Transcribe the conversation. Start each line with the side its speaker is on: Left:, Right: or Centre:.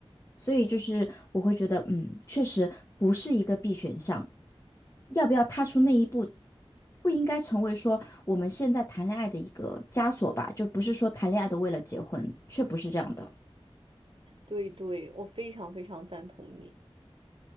Left: 所以就是我会觉得，嗯，确实不是一个必选项。要不要踏出那一步，不应该成为说我们现在谈恋爱的一个枷锁吧？就不是说谈恋爱都为了结婚，却不是这样的。
Right: 对对，我非常非常赞同你。